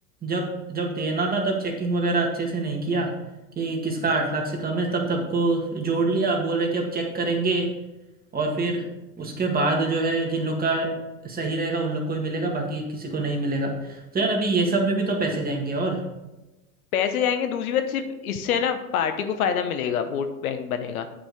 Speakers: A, on the right; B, on the left.
A: जब जब देना था तब चेकिंग वगैरह अच्छे से नहीं किया कि किसका आठ लाख से कम है तब सबको जोड़ लिया अब बोल रहे कि अब चेक करेंगे और फिर उसके बाद जो है जिन लोग का सही रहेगा उन लोग को ही मिलेगा बाकी किसी को नहीं मिलेगा तो यार अभी ये सब में भी तो पैसे जाएंगे और
B: पैसे जाएंगे दूसरी बात सिर्फ इससे है ना पार्टी को फायदा मिलेगा वोट बैंक बनेगा